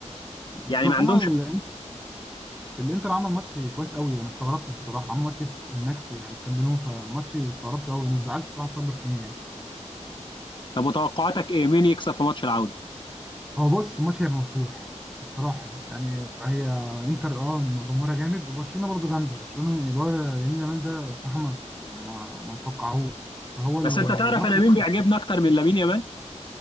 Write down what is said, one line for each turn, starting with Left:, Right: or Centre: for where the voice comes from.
Centre: بس
Left: يعني
Centre: هما
Left: ما عندهمش
Centre: ال- الانتر عمل ماتش كويس قوي انا استغربت الصراحه عمل ماتش في هناك في الكامب نو فماتش استغربته قوي انا زعلت الصراحه بسبب برشلونه يعني.
Left: طب وتوقعاتك ايه مين يكسب في ماتش العودة
Centre: هو بص الماتش هيبقى مفتوح الصراحه يعني هي انتر اه إن جمهورها جامد وبرشلونه برضو جامده برشلونه الولد يمين يامال ده صراحه ما ما ما توقعهوش فهو الماتش
Left: بس انت تعرف انا مين
Centre: هيبقى
Left: بيعجبني اكتر من لامين يامال